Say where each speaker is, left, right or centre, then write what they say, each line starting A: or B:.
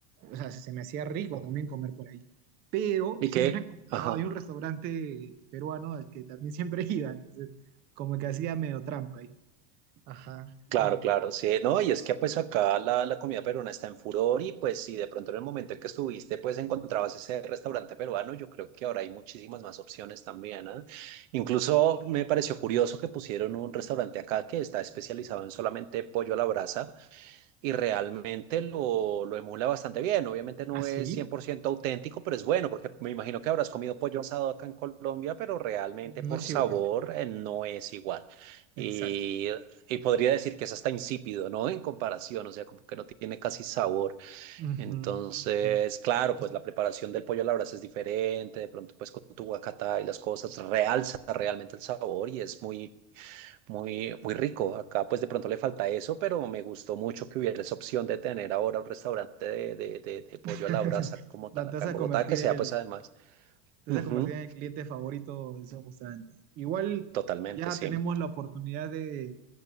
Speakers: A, on the right; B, on the right.
A: o sea, se, se me hacía rico también comer por ahí. Pero
B: ¿Y
A: siempre
B: qué?
A: encontraba,
B: Ajá.
A: había un restaurante peruano al que también siempre <laughs> iba, entonces como que hacía medio trampa ahí. Ajá,
B: Claro,
A: entonces,
B: claro, sí, no, y es que pues acá la, la comida peruana está en furor y pues si de pronto en el momento en que estuviste pues encontrabas ese restaurante peruano, yo creo que ahora hay muchísimas más opciones también, ¿ah? Incluso me pareció curioso que pusieron un restaurante acá que está especializado en solamente pollo a la brasa y realmente lo, lo emula bastante bien. Obviamente no
A: así,
B: es 100% auténtico, pero es bueno, porque me imagino que habrás comido pollo asado acá en Colombia, pero realmente
A: no
B: por
A: es
B: sabor
A: igual.
B: eh, no es igual.
A: Exacto.
B: Y, y podría decir que es hasta insípido, ¿no? En comparación, o sea, como que no tiene casi sabor.
A: Ujú,
B: Entonces,
A: ujú.
B: claro,
A: O
B: pues
A: sea,
B: la preparación del pollo a la brasa es diferente, de pronto pues con tu guacatá y las cosas realza realmente el sabor y es muy muy, muy rico. Acá pues de pronto le falta eso, pero me gustó mucho que hubiera esa opción de tener ahora un restaurante de, de- de- de pollo
A: <laughs>
B: a la brasa como
A: la-
B: tal
A: te
B: acá
A: vas a
B: en Bogotá,
A: convertir
B: que sea
A: el,
B: pues además.
A: te
B: Ujú,
A: vas a convertir en el cliente favorito de ese restaurante. Igual
B: totalmente,
A: ya
B: sí.
A: tenemos la oportunidad de,